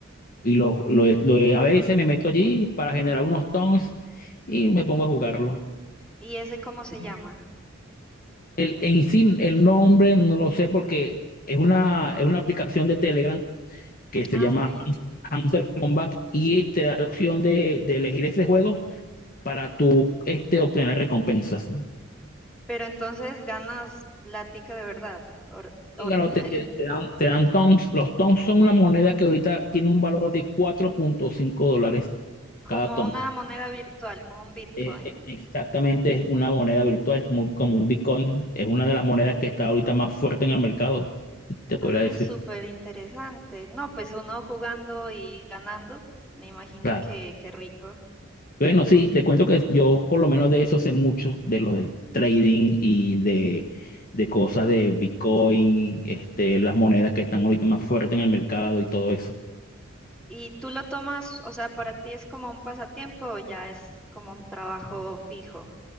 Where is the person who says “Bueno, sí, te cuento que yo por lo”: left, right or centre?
Left